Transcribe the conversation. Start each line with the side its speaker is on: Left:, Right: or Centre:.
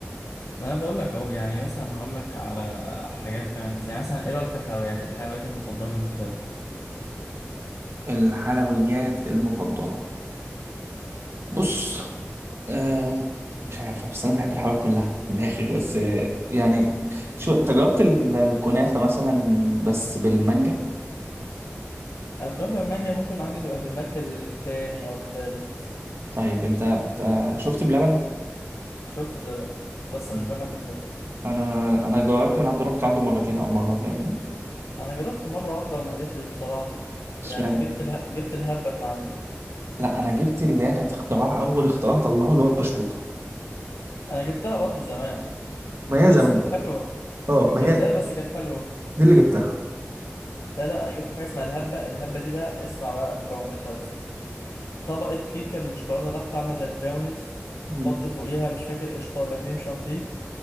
Left: ما انا بقول لك اهو يعني مثلا هقول لك على حاجات كمان مثلا يعني مثلا ايه رايك في الحلويات ايه الحلويات المفضله بالنسبه لك
Right: الحلويات المفضله بص آه مش عارفة بس أنا بحب الحلويات كلها من الآخر بس آه، يعني شو أنت جربت ال- الكنافة مثلا بس بالمانجا؟
Left: الكنافه بالمانجا ممكن عندي تبقى في المركز التاني او التالت
Right: طيب أنت أنت شفت بلبن؟
Left: شفت بلبن بس
Right: مم.
Left: مش بحب بلبن
Right: أنا أنا جربت من عنده رحت عنده مرتين أو مرة فاهمني؟
Left: انا جربت مره واحده وما قدرتش بصراحه
Right: اشمعنى؟
Left: يعني جبت اله... جبت الهبه من عنده
Right: لا أنا جبت اللي هي كانت اختراع أول اختراع طلعه اللي هو القشطوطة
Left: انا جبتها برضو زمان
Right: ما
Left: بس
Right: هي زمان
Left: كانت حلوه
Right: اه
Left: جبتها
Right: ما هي
Left: بس كانت حلوه
Right: دي اللي جبتها
Left: لا لا انا جبت حاجه اسمها الهبه الهبه دي بقى اسمع بقى مكوناتها يا اسطى طبقه كيكه بالشوكولاته تحت عامله زي البراونيز
Right: مم.
Left: حط فوقيها مش فاكر قشطه ولا كريم شانتيه